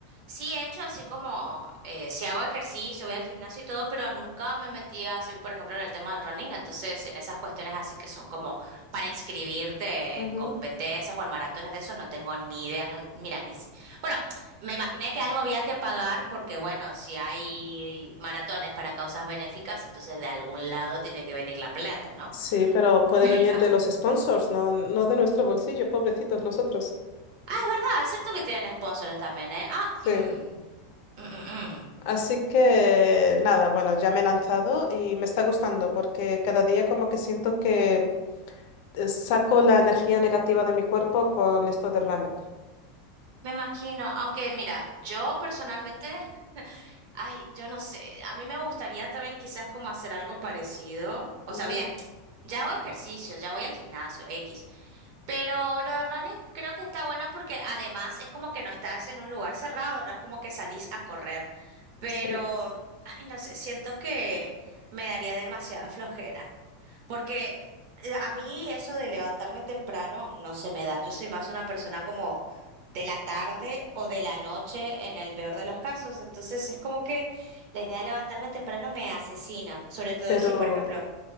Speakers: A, on the right; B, on the left.
A: sí he hecho así como, eh, si hago ejercicio, voy al gimnasio y todo, pero nunca me metí así, por ejemplo, en el tema del running, entonces en esas cuestiones así que son como para inscribirte
B: Ujú.
A: en competencias o en maratones de eso, no tengo ni idea, no, mira, ni... si- Bueno, me imaginé que algo había que pagar porque, bueno, si hay maratones para causas benéficas, entonces de algún lado tiene que venir la plata, ¿no?
B: Sí,
A: <laughs>
B: pero puede
A: Pero.
B: venir de los sponsors, no, no de nuestro bolsillo, pobrecitos nosotros.
A: Ah, es verdad, es cierto que tienen sponsors también, ¿eh? Ah,
B: Sí.
A: mm, mm, mm, mm.
B: Así que nada, bueno, ya me he lanzado y me está gustando porque cada día como que siento que eh, saco la energía negativa de mi cuerpo con esto de running.
A: Me imagino, aunque mira, yo personalmente, <laughs> ay, yo no sé, a mí me gustaría también quizás como hacer algo parecido, o
B: Ujú.
A: sea, bien, ya hago ejercicio, ya voy al gimnasio, X, Pero lo de running creo que está bueno porque además es como que no estás en un lugar cerrado, no es como que salís a correr. Pero,
B: Sí,
A: ay, no sé, siento que me daría demasiada flojera. Porque eh, a mí eso de levantarme temprano no se me da. Yo soy más una persona como de la tarde o de la noche en el peor de los casos. Entonces es como que la idea de levantarme temprano me asesina. Sobre todo
B: pero,
A: si, por ejemplo,